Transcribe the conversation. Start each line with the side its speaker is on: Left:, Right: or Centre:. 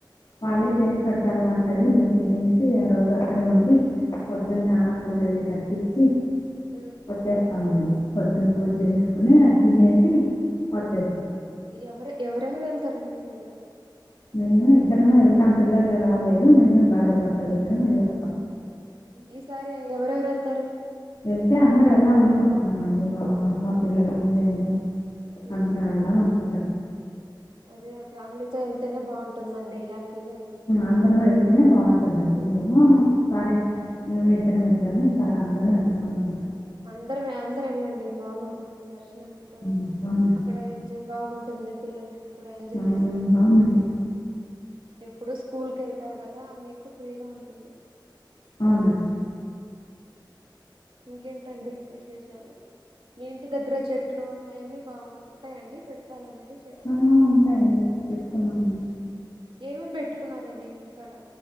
Left: వాళ్ళే చేసి పెడతారు వంటది మేము తినేసి ఆ రోజు అక్కడే ఉండి పొద్దున్న
Right: ఉమ్
Left: ఆకు పూజ అది కట్టించిి
Right: ఉమ్
Left: వచ్చేస్తామండి పొద్దున పూజ చేసుకుొని తినేసి వచ్చే
Right: ఎవరు ఎవరెవరు వెళ్తారండి మీరు
Left: మేమే ఇద్దరమే వెళ్తాం పిల్లలే రాలేదు మేమే భార్యభర్తలు ఇద్దరం వెళ్ళం
Right: ఈ సారి ఎవరెవరు వెళ్తారు
Left: వెళ్తే అందరూ వెళ్ళాం అనుకుంటున్నామండి మా మా పిల్లలు మేము
Right: ఉమ్
Left: అంత ఎల్ ధామ్ అనుకుం
Right: అదే ఆ ఫ్యామిలీతో వెళ్తేనే బాగుంటుందండి హ్యాపీగా వెళ్ళొచ్చు
Left: అందరు
Right: ఎంజాయ్
Left: వెళ్తేనే
Right: చేసుకుంటూ
Left: బాగుంటుందండి ఏమో
Right: ఉమ్
Left: ఒకసారి మే <inaudible> అందరం వెళ్దమంట
Right: అందరే అందరు వెళ్ళండి బాగుంటుంది దర్శనానికి కూడా
Left: మ్మ్, అవునండి
Right: అక్కడ ఎంజాయ్ బాగుంటుంది పిల్లలు కూడా ఎంజాయ్
Left: హ్మ్.
Right: చేసినట్టు
Left: అవునండి.
Right: ఉంటుంది ఎప్పుడు స్కూల్ క వెళ్తారు కదా మీకు ఫ్రీగా ఉంటుంది
Left: అవునం
Right: ఇంకేంటి ట్టండి విశేషాలు మీ ఇంటి దగ్గర చెట్లు అవన్నీ బాగుంటాయిడి పెడతారా మీరు చెట్లు
Left: ఆ! ఉన్నాయండి. పెట్టుకున్నామండి.
Right: హ్మ్ ఎం ఎం పెట్టుకున్నారు అం టండి ఇంటికాడ